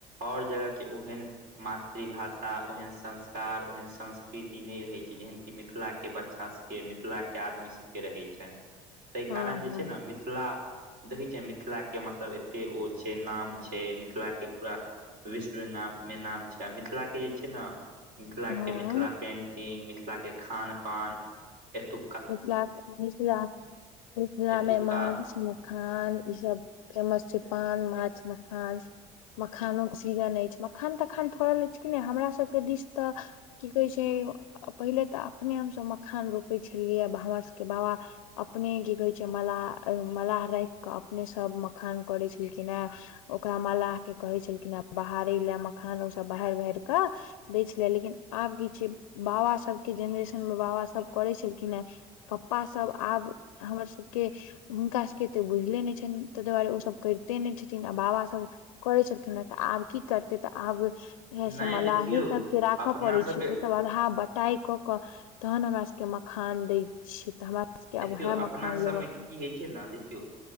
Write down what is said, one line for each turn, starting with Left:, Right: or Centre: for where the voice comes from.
Right: आओर जगहके ओहेन मातृभाषा ओहेन संस्कार, ओहेन संस्कृति नहि रहैत छैय जेहेन कि मिथिलाके बच्चासब के मिथिलाके आदमी सबके रहै छनि ताहि
Left: हँ
Right: कारण जे छैय ने मिथिला देखै छियै मिथिलाके मतलब एतेक ओ छैय नाम छैय मिथिलाके पूरा विश्व नापमे नाम छैय आ मिथिलाके जे छैय ने मिथिलाके
Left: हँ
Right: मिथिला पेंटिंग मिथिलाके खा- पान एतु
Left: मिथिलाके मिथिला मिथिला
Right: एतुका
Left: में माछ म खान सब फेमस छैय। पान, माछ, मखान मखानोके सीजन अछि मखान तखान फड़ल अछि कि नहि हमरा सबके दिश त की कहैय छैय पहिले तऽ अपने हमसभ मखान रोपैय छलियै हमर सभके बाबा अपने की कहैय छैय मलाह, मलाह राखि कऽ अपने सब मखान करैय छलखिन हे ओकरा मल्लाहके कहै छलखिने बाहरे लए मखान ओसभ बहारि बहारि कऽ दै छलेय लेकिन आब की छैय बाबा सभके जेनेरेशन मे बाबासभ करैय छल खिनहे पप्पा सब आब हमर सबके हुनका सभके एतेक बुझले नहि छनि ताहि दुआरे ओसभ करिते नहि छथिन आ बाबासभ करै छलखिन हेँ त आब की करतै त आब जे से
Right: नहि
Left: मलाहे
Right: देखियौ
Left: सभके राखय
Right: अपना
Left: पड़ै
Right: सबके
Left: छैय त अदहा बटाइ कऽ क तखन हमरा सबके मखान दै य छैय त हमरा सबके
Right: देखियौ
Left: आब उएह
Right: अपना
Left: मखान
Right: सभमे
Left: लेबऽ
Right: की
Left: के।
Right: होइ छैय ने देखियौ